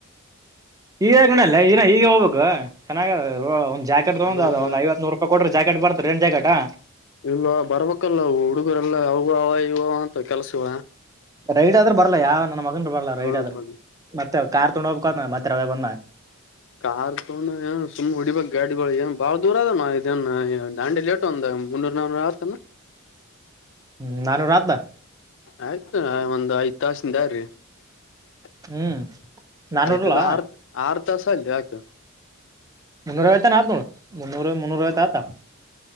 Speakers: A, on the right (about 15°); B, on the left (about 60°).
A: ಈಗಗ್ನಲ್ಲ ಈ ಈಗಗೆ ಹೋಗ್ಬೇಕು ಚೆನ್ನ ಒ ಜಾಕೆಟ್
B: ಚೆನ್ನಾಗ
A: ತಗ ಒಂದು ಐವತ್ತಮೂರು ರೂಪಾಯಿ ಕೊಟ್ಟ್ರ ಜಾಕೆಟ್ ಜಾಟ್ ಬರ್ತ ರೆ ಎ ಜಾಕೆಟಾ
B: ಇಲ್ವಾ ಬರ್ಬೇಕಲ್ಲ ಹುಡುಗರೆಲ್ಲ ಅವು ಅವ ಇವ ಅವ ಅಂತ ಕೆಲ್ಸುವ.
A: ರೈಡ್ ಆದ್ರ ಬರ್ಲಾ ಯಾವ ನನ್ ಮಗಂದ್ ಬರಲ್ಲಾ
B: ಹ
A: ರೈಡ್ ಆದ್ರ
B: ಮ
A: ಮತ್ತೆ ಅವರ್ ಕಾರ್ ತಗೊಂಡ್ ಹೋಗಬೇಕು ಅದನ್ ಮತ್ತ್ <unintelligible>
B: ಕಾರ್ ತೋಗೊಂಡ್ರ ಏನ್ ಸುಮ್ ಹೊಡಿಬೇಕ್ ಗಾಡಿಗೋಳ್ ಏನ್ ಬಾಳ ದೂರ ಅದನ್ ಇದೇನ್ ದಾಂಡೇಲಿ ಎಟ್ಟ್ ಒಂದ್ ಒಂದ್ ಮುನ್ನೂರು, ನಾನೂರ್ ಆತನ್.
A: ಹ್ಮು ನಾನೂರ್ ಆತ್ಲಾ.
B: ಆಯ್ತು ಅಣ್ಣಾ ಒಂದ್ ಐದ್ ತಾಸಿಂದೀ <unintelligible>
A: ಹ್ಮ್ ನಾನೂರ್ಲ್ಲ
B: ಆಯ್ತಲ್ಲ ಆರ್ ಆರ್ ತಾಸ್ ಅಲ್ಲೀಯಾಕ್.
A: ಮುನ್ನೂರು <unintelligible> ಮುನ್ನೂರು ಮುನ್ನೂರು <unintelligible>